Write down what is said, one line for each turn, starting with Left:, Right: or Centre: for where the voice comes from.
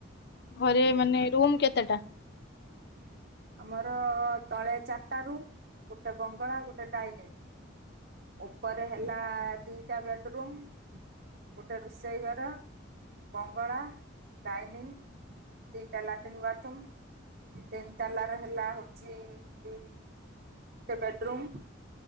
Left: ଘରେ ମାନେ ରୁମ କେତେଟା?
Right: <inaudible> ଆମର ତଳେ ଚାର୍ ଟା ରୁମ୍ ଗୋଟେ ବଙ୍ଗଳା ଗୋଟେ ଡାଇନିଂ। ଉପରେ ହେଲା ଦିଟା ବେଡରୁୁମ୍। ଗୋଟେ ରୁଷେଇ ଘର। ବଙ୍ଗଳା ଡାଇନିଂ ଦିଟା ଲାଟିନ୍ ବାଥରୁମ୍ ତିନି ତାଲା ରେ ହେଲା ହଉଛି ଗୋଟେ ବେଡରୁୁମ୍।